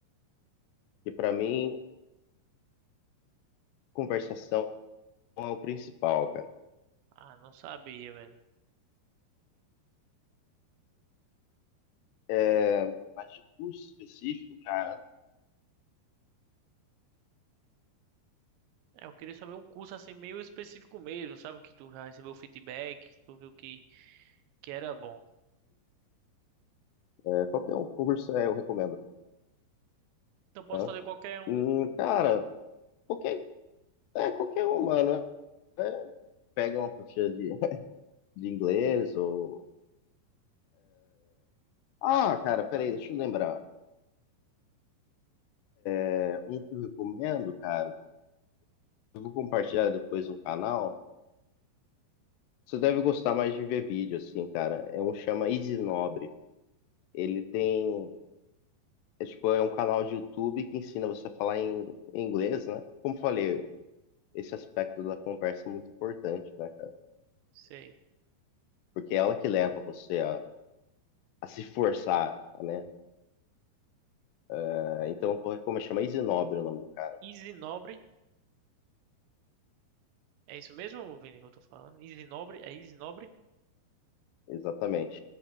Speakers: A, on the left; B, on the right.
A: E para mim, conversação é o principal, cara.
B: Ah, não sabia, velho.
A: É, mas de curso específico, cara,
B: É, Eu queria saber um curso assim meio específico mesmo, sabe? Que tu já recebeu feedback, que tu viu que, que era bom.
A: é, qualquer um curso é, eu recomendo.
B: Então posso
A: Né?
B: fazer qualquer um.
A: Hum, cara, qualquer, é, qualquer um, mano. É, pega uma apostila de, <laughs> de inglês ou. Ah, cara, peraí, deixa eu lembrar. É, um que eu recomendo, cara, eu vou compartilhar depois no canal. Você deve gostar mais de ver vídeo, assim, cara. É um chama Easy Nobre. Ele tem É tipo, é um canal de YouTube que ensina você a falar em, em inglês, né? Como eu falei, esse aspecto da conversa é muito importante, né, cara?
B: Sei.
A: Porque é ela que leva você a, a se forçar, né? Ah, Então, eu vou recomendar, chama Isinobre o nome do cara.
B: Easy Nobre. É isso mesmo, Vini, que eu tô falando? Easy Nobre? É Easy Nobre?
A: Exatamente.